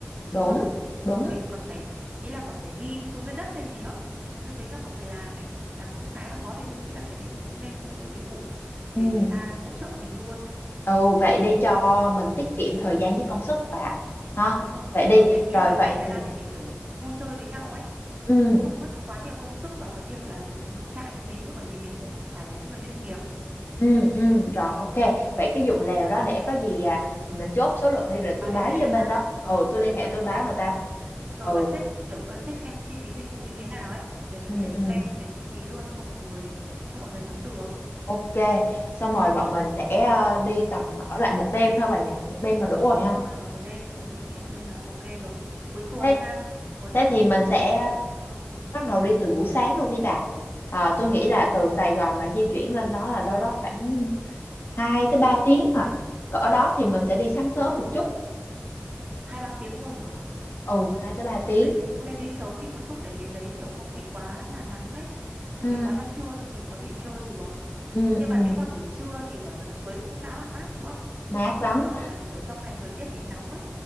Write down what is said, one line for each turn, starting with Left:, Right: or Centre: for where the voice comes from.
Left: đúng
Right: đúng không
Left: đúng
Right: xong rồi mình còn phải ý là còn phải ghim xuống dưới đất hay gì đó tôi thấy là mọi người làm ấy là cũng khá là khó thì tôi nghĩ là cái đấy mình cũng nên thuê bên dịch vụ
Left: ừ.
Right: để người ta hỗ trợ mình luôn
Left: ừ
Right: ừ
Left: vậy đi cho mình tiết kiệm thời gian với công sức bà ha
Right: đúng rồi
Left: vậy
Right: đúng
Left: đi
Right: rồi để ý
Left: rồi
Right: là mình
Left: vậy
Right: dành thời
Left: thì
Right: gian để mình kiểu vui chơi với nhau ấy
Left: ừ
Right: chứ cũng không mất quá nhiều công sức vào cái việc là dựng dựng trại như thế nữa bởi vì mình cũng không phải là những người chuyên nghiệp
Left: ừ ừ rồi ok
Right: ừ, ừ.
Left: vậy cái vụ lèo đó để có gì à, mình chốt số lượng đi rồi
Right: bà
Left: tôi
Right: liên
Left: báo
Right: hệ
Left: với bên
Right: ha
Left: đó
Right: ờ
Left: ừ tôi
Right: rồi
Left: liên
Right: xong
Left: hệ
Right: bà liên
Left: tôi báo
Right: hệ
Left: người
Right: coi
Left: ta
Right: thế. rồi
Left: ừ
Right: bà check kiểu bà check xem chi phí dịch vụ như thế nào ấy để mình
Left: ừ
Right: lên
Left: ừ
Right: plan về chi phí luôn cho mọi người cho mọi người nắm được
Left: Ok, xong rồi bọn mình
Right: ừ,
Left: sẽ ờ, đi tầm ở lại một đêm thôi bà nhỉ, một đêm là đủ rồi
Right: đúng
Left: ha.
Right: rồi ở một đêm thôi tôi nghĩ một đêm là ok rồi cuối tuần
Left: Thế
Right: ha cuối
Left: thế
Right: tuần
Left: thì
Right: thì
Left: mình
Right: chắc là
Left: sẽ
Right: mọi người sẽ rảnh nhiều hơn
Left: bắt đầu đi từ buổi sáng luôn đi bà. À, tôi nghĩ là
Right: ừ.
Left: từ Sài Gòn mà di chuyển lên đó là đâu đó khoảng 2 tới 3 tiếng à. Cỡ đó thì mình sẽ đi sáng sớm
Right: ờ,
Left: một chút.
Right: hai ba tiếng luôn hả
Left: Ồ, 2 tới ba
Right: ừ,
Left: tiếng.
Right: vậy thì cũng nên đi sớm đi một chút để đến đấy kiểu không bị quá là nắng ấy không
Left: Ừ,
Right: bị quá là trưa thì mình có thể chơi được
Left: ừ,
Right: nhưng
Left: ừ,
Right: mà nếu mà buổi trưa thì ở gần suối cũng khá là mát đúng không cũng
Left: mát
Right: sẽ không
Left: lắm.
Right: sợ là kiểu trong ngày thời tiết bị nóng ấy